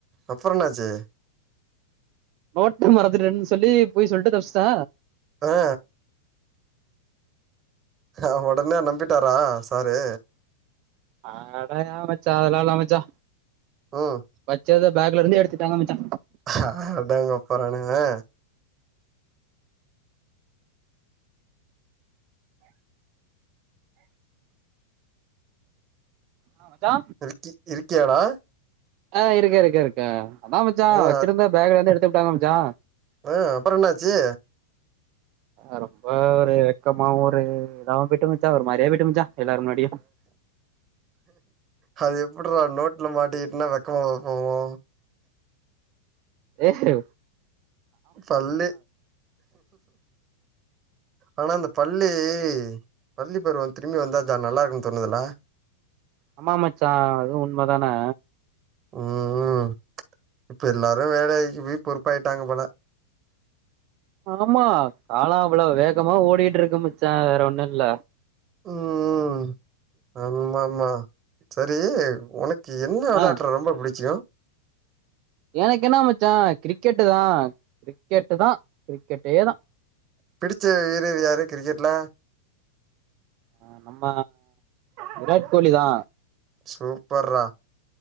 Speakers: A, on the right; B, on the right.
A: அப்பற என்னாச்சு
B: நோட்ட மறந்துட்டன் சொல்லி பொய் சொல்ட்டு தப்ச்சுட்ட
A: ஆ ஹா ஒடனே நம்பிட்டாரா சாரு
B: அட ஏ மச்சா அதலால்ல மச்சா
A: ம்
B: வச்சது பேக்லருந்து எடுத்துட்டாங்க மச்சா
A: ஹஹ அடங் கொப்பறான ஆ
B: ஆ மச்சா
A: <unintelligible> இரு கியாடா
B: ஆ இருக்க இருக்க இருக்கா அதா மச்சா
A: ஆ
B: வச்சுருந்த பேகுலந்து எடு த்துப்டாங்க மச்சா
A: ஆ அப்பற என்னாச்சு
B: அ ரொம்ப ஒரு வெக்கமா ஒரு இதாவு போய்ட்டு மச்சா ஒரு மாரியா போய்ட்டு மச்சா எல்லாரு முன்னாடியு
A: அது எப்புட்றா நோட்ல மாட்டிகிட்னா வெ க்கமா போவு
B: ஏஹெ
A: சொல்லு ஆனா இந்த பள்ளி பள்ளி பருவ திரும்பி வந்தாதா நல்லாருக்குன் தோணுதுல்ல
B: அம்மா மச்சா அதுவு உண்மதானே
A: ம் ம் இப்ப எல்லாரு வேலைக்கு போய் பொறுப்பாயிட்டாங்க போல
B: ஆமா கால அவ்வளொ வேகமா ஓடிட்ருக்கு மச்சா வேற ஒன்னுல்ல
A: ம் ம் ஆமாமா சரி ஒனக் கு என்ன வெளயாட்றா
B: ஆ
A: ரொம்ப புடிக்கு
B: எனக்கென்னா மச்சா கிரிக்கெட்டு தா கிரிக் கெட்டு தா கிரிக்கெட் டே தா
A: பிடிச்ச வீரர் யாரு கிரிக்கெட்ல
B: ஆ நம்ம விராட் கோலி தா
A: சூப்பர்ரா